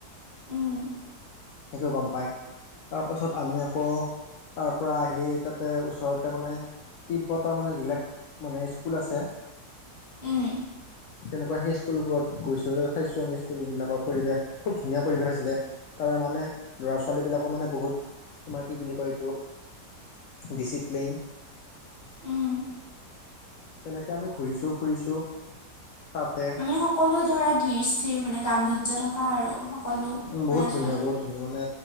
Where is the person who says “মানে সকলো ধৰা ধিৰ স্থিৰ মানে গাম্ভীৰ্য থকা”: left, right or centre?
Left